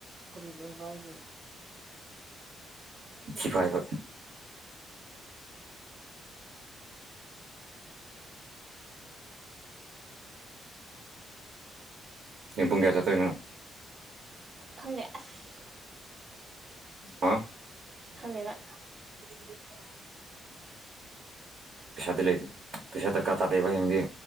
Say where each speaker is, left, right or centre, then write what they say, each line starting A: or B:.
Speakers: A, on the right; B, on the right.
A: ꯑꯗꯨꯗ ꯕꯥꯢꯅꯦ
B: ꯊꯤ ꯐꯥꯏꯕ ꯍꯌꯦꯡ ꯄꯨꯡ ꯀꯌꯥ ꯆꯠꯇꯣꯏꯅꯣ
A: ꯈꯪꯗꯦ ꯑꯁ
B: ꯑ
A: ꯈꯪꯗꯦꯕ
B: <inaudible> ꯄꯩꯁꯥꯗꯤ ꯂꯩ ꯄꯩꯁꯥ ꯗ꯭ꯔꯀꯥꯔ ꯇꯗꯩꯕ ꯍꯌꯦꯡꯗꯤ